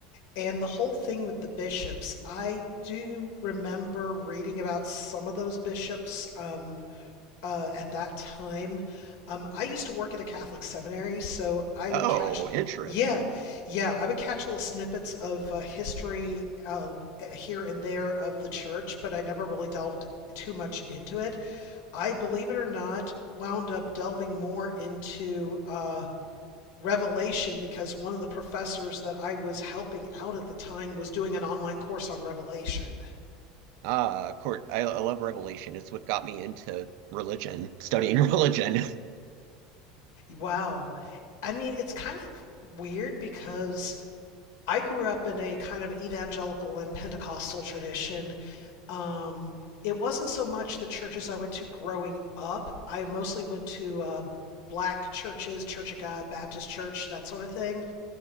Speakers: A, on the left (about 75°); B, on the right (about 60°).
A: And the whole thing with the bishops, I do remember reading about some of those bishops um, uh, at that time. Um, I used to work at a Catholic seminary, so I
B: Oh,
A: would catch,
B: interesting.
A: yeah, yeah, I would catch little snippets of uh, history uh, uh, here and there of the church, but I never really delved too much into it. I, believe it or not, wound up delving more into uh, Revelation because one of the professors that I was helping out at the time was doing an online course on Revelation.
B: Ah, court. I, I love Revelation. It's what got me into religion, studying <laughs> religion.
A: Wow. I mean, it's kind of weird because I grew up in a kind of evangelical and Pentecostal tradition. Um, it wasn't so much the churches I went to growing up. I mostly went to uh, black churches, Church of God, Baptist Church, that sort of thing.